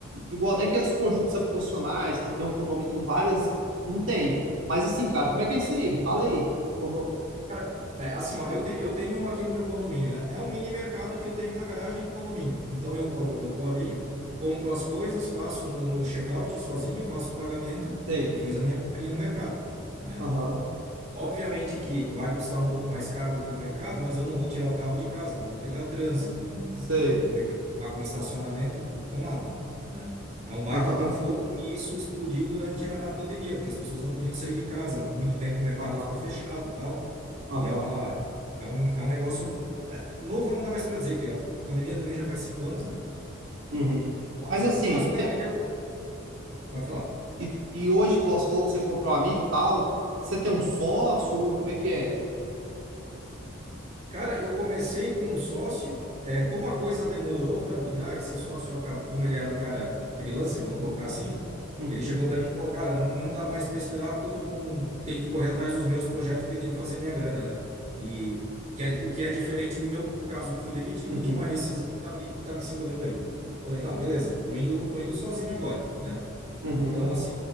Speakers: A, on the right (about 65°); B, on the right (about 35°).
A: igual nem aqueles conjuntos habitacionais que tem um condomínio com várias. Não tem. Mas assim, cara, como é que é isso aí? Me Fala aí. Condo...
B: Cara, É, assim, ó, eu, te, eu tenho um aqui no meu condomínio, né? É um mini mercado que eu tenho na garagem do condomínio. Então eu, eu, eu vou ali, compro as coisas, passo no, no check-out sozinho, faço o pagamento
A: Sei.
B: e fiz a minha comprinha no mercado, né?
A: Aham.
B: Obviamente que vai custar um pouco mais caro do que no mercado, mas eu não vou tirar o carro de casa, não vou pegar trânsito, não,
A: Sei.
B: não vou me preocupar com estacionamento, com nada, né? É um baita
A: Aham.
B: conforto e isso explodiu durante a, a pandemia, porque as pessoas não podiam sair de casa, muito tempo o mercado
A: Aham.
B: ficou fechado e tal,
A: Aham.
B: e é uma, é um, é um negócio é, novo, não dá mais para dizer, que a pandemia também já faz cinco anos, né?
A: Uhum.
B: Mas,
A: Mas assim,
B: o- mas o cara
A: te-
B: me deu... Pode falar.
A: e, e hoje, igual você falou que você encontrou um amigo e tal, você tem um sócio ou como é que é?
B: Cara, eu comecei com um sócio. É, como a coisa demorou para virar, esse sócio acabou, como ele era um cara freelancer, vamos
A: Uhum.
B: colocar assim, né?
A: Uhum.
B: Ele chegou para mim e falou, cara, não, não dá mais para esperar porque eu tô com, tenho que correr atrás dos meus projetos porque tem que fazer minha grana, né? E que é- o que é diferente do meu caso que fui demitido,
A: Uhum.
B: tinha uma rescisão que tá me, que tá me segurando aí. Falei, não, beleza, tô indo, tô indo sozinho agora, né?
A: Uhum.
B: Então, assim,